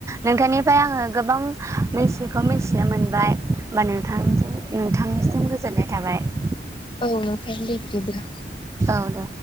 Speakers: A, on the right (about 15°); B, on the left (about 30°).
A: नोंथांनिफ्राय आङो गोबां मोस बेखौ मिन्थिनो मोनबाय बा नों नोंथांनिसिम गोजोननाय थाबाय
B: औ नोंथां दे बिदिब्ला
A: औ दे